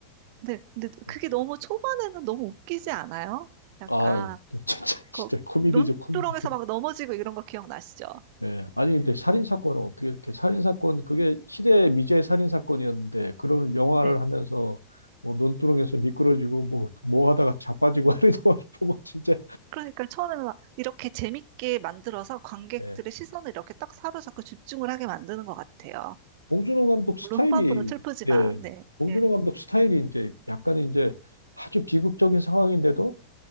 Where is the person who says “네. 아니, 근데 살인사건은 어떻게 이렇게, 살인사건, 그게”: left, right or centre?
Left